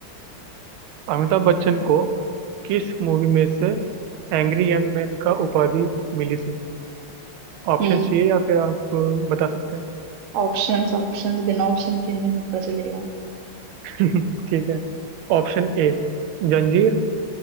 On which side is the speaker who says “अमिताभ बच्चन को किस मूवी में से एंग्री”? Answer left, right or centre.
Right